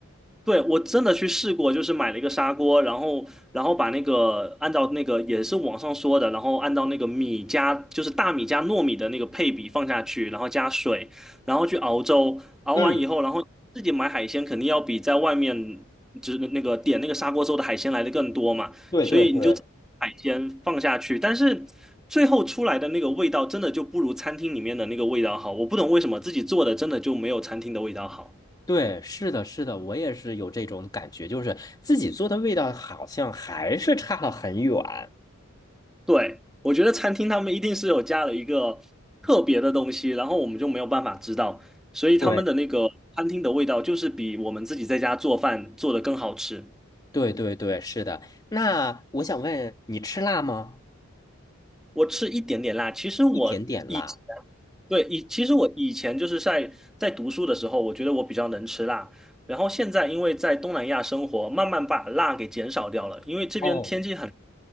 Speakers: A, in the centre; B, on the left.
A: 对，我真的去试过，就是买了一个砂锅，然后然后把那个按照那个也是网上说的，然后按照那个米加就是大米加糯米的那个配比放下去，然后加水，然后去熬粥，熬完以后，
B: 嗯，
A: 然后自己买海鲜肯定要比在外面就是那个点那个砂锅粥的海鲜来的更多嘛，
B: 对对对。
A: 所以你就自己把海鲜放下去，但是最后出来的那个味道真的就不如餐厅里面的那个味道好，我不懂为什么自己做的真的就没有餐厅的味道好。
B: 对，是的，是的，我也是有这种感觉，就是自己做的味道好像还是差了很远。
A: 对，我觉得餐厅他们一定是有加了一个特别的东西，然后我们就没有办法知道，所以他们的那个餐厅的味道就是比我们自己在家做饭做的更好吃。
B: 对，对，对，对，是的。那我想问你吃辣吗？
A: 我吃一点点辣，其实我以前
B: 一点点辣。
A: 对以其实我以前就是在在读书的时候，我觉得我比较能吃辣，然后现在因为在东南亚生活，慢慢把辣给减少掉了，因为这边天气很，
B: 哦，